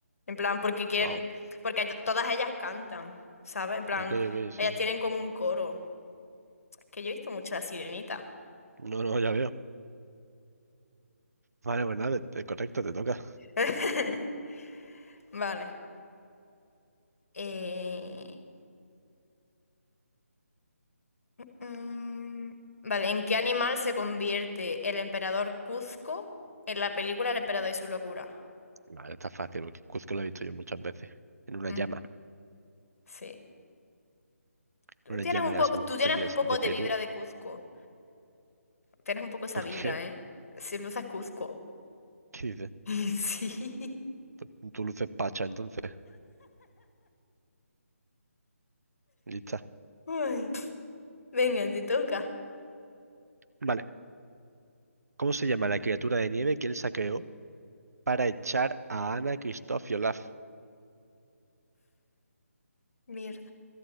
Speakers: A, on the left; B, on the right.
A: En plan, porque quieren,
B: Wow.
A: porque ellas- todas ellas cantan, ¿sabes? En plan,
B: Ok, ok, sí.
A: ellas tienen como un coro. Es que yo he visto mucho La Sirenita.
B: No, no, ya veo. Vale, pues nada, te- te- correcto, te toca.
A: <laughs> Vale. Eh, Mm, Vale, ¿en qué animal se convierte el emperador Cuzco en la película El emperador y su locura?
B: Vale, está fácil, porque Cuzco lo he visto yo muchas veces. En una
A: Mm,
B: llama,
A: sí. Tú
B: en una
A: tienes
B: llama
A: un
B: de
A: poco,
B: las montañas
A: tú tienes un poco
B: de Perú.
A: de vibra de Cuzco. Tienes un poco esa
B: ¿Por
A: vibra,
B: qué?
A: ¿eh? Si luces Cuzco.
B: <laughs> ¿Qué dices?
A: <laughs> Sí.
B: Pues tú luces pacha, entonces. Lista.
A: Ay. Venga, te toca.
B: Vale. ¿Cómo se llama la criatura de nieve que él saqueó para echar a Anna, Kristoff y Olaf?
A: Mierda.